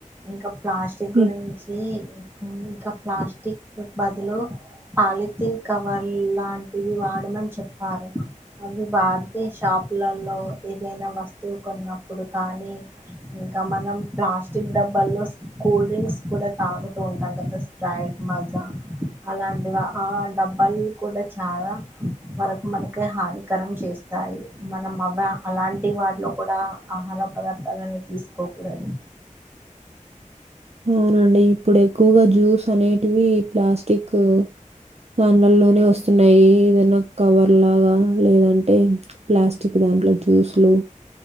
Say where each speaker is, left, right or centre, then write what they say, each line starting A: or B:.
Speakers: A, on the right; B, on the right.
A: ఇంకా ప్లాస్టిక్
B: హ్మ్.
A: గురించి ఈ ఔను కా ప్లాస్టిక్ కు బదులు పాలిథిన్ కవర్ లాంటివి వాడమన్ చెప్పారు అవి బార్ తే షాపులలో ఏదైనా వస్తువ్ కొన్నప్పుడు కానీ హ్మ్ త మనం ప్లాస్టిక్ డబ్బాల్లోస్ కూల్ డ్రింక్స్ కూడా తాగుతూ ఉంటాం కదా స్ప్రైట్ మజ్ దా అలాంటివా ఆ డబ్బాల్ కూడా చాలా వరకు మనకే హానికరం చేస్తాయి మనం అవా అలాంటి వాటిలో కూడా ఆహారమ్ ఆ పదార్థాల్నీ తీసుకోకుడదు
B: ఔనండి ఇప్పుడేక్కువ్ గా జ్యూస్ అనేటివి ప్లాస్టికు దాన్ లల్ లోనే వోస్సున్నాయి ఏదనా కవర్ లాగా లేదంటే ప్లాస్టిక్ దా దాంట్లో జ్యూస్లు